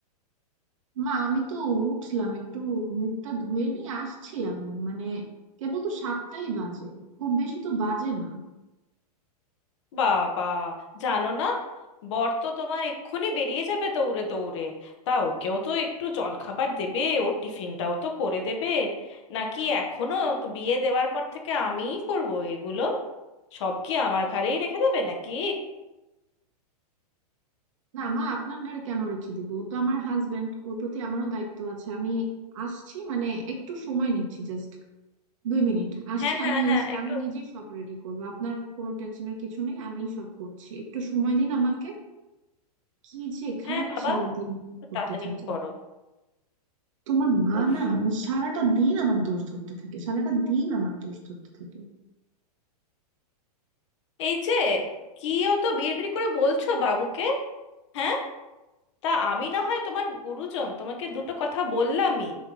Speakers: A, on the right; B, on the left.
A: মা আমি তো উঠলাম একটু মুখটা ধুয়ে নিয়ে আসছি আমি মানে কেবল তো সাতটাই বাজে খুব বেশি তো বাজে না
B: বাবা জানো না বর তো তোমার এক্ষুনি বেরিয়ে যাবে দৌড়ে দৌড়ে তা ওকেও তো একটু জলখাবার দেবে ওর টিফিনটাও তো করে দেবে নাকি এখনো তো বিয়ে দেওয়ার পর থেকে আমিই করব এগুলো সব কি আমার ঘাড়েই রেখে দেবে নাকি
A: না মা আপনার ঘরে কেন রেখে দিব ও তো আমার হাজবেন্ড ওর প্রতি আমারও দায়িত্ব আছে আমি আসছি মানে একটু সময় নিচ্ছি জাস্ট দুই মিনিট আসছি
B: হ্যাঁ হ্যাঁ
A: আমি
B: হ্যাঁ
A: এসে
B: একটু
A: আমি নিজেই সব রেডি করব আপনার কোনো টেনশনের কিছু নেই আমিই সব করছি একটু সময় দিন আমাকে কি যে খালি
B: হ্যাঁ বাবা
A: সারাদিন
B: একটু
A: করতে
B: তাড়াতাড়ি
A: থাকি
B: করো
A: তোমার মা
B: উফ
A: না মানে সারাটা দিন আমার দোষ ধরতে থাকে সারাটা দিন আমার দোষ ধরতে থাকে
B: এই যে কি অত বিড়বিড় করে বলছো বাবুকে হ্যাঁ তা আমি না হয় তোমার গুরুজন তোমাকে দুটো কথা বললামই